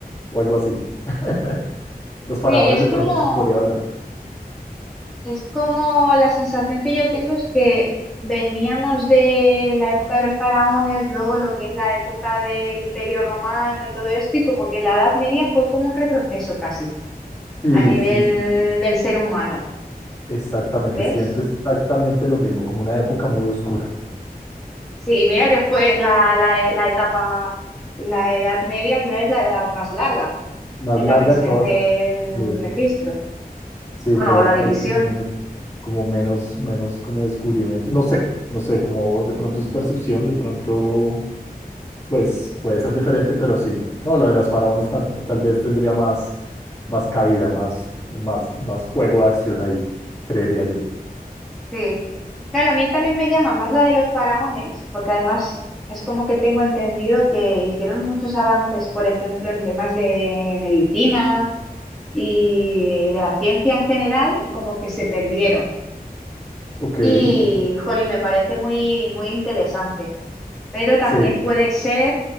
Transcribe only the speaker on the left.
o algo así. <laughs> Los faraones
de
pronto se podría hablar.
Sí,
sí, sí, sí.
Exactamente,
siento exactamente lo mismo, como una época muy oscura,
más
larga
de todas
Sí,
sí,
pero
hay menos, como menos, menos como descubrimiento. No sé, no sé, como de pronto es percepción, de pronto, pues puede ser diferente, pero sí, no. No, lo de las faraones tal, tal vez tendría más, más cabida, más, más, más juego de acción ahí, creería yo.
Ok,
ok.
Sí,